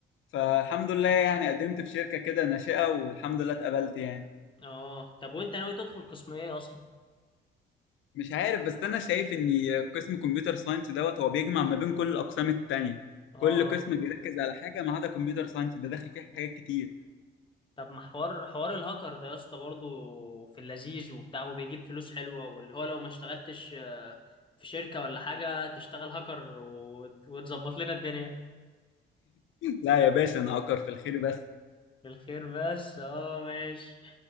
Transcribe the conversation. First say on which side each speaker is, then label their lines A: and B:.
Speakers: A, on the left (about 75°); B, on the left (about 25°).
A: فالحمد لله يعني قدمت في شركه كده ناشئه والحمد لله اتقبلت يعني
B: اه طب وانت ناوي تدخل قسم ايه اصلا
A: مش عارف بس انا شايف ان قسم كمبيوتر ساينس دوت هو بيجمع ما بين كل الاقسام التانية
B: اه
A: كل قسم بيركز على حاجه ما عدا كمبيوتر ساينس ده داخل فيه حاجات كتير
B: طب ما حوار حوار الهاكر ده يا اسطى برضه في اللذيذ وبتاع وبيجيب فلوس حلوة واللي هو لو ما اشتغلتش آه، في شركة ولا حاجة تشتغل هاكر وت- وتظبط لنا الدنيا
A: لا يا باشا انا اكر في الخير بس
B: بالخير بس اه ماشي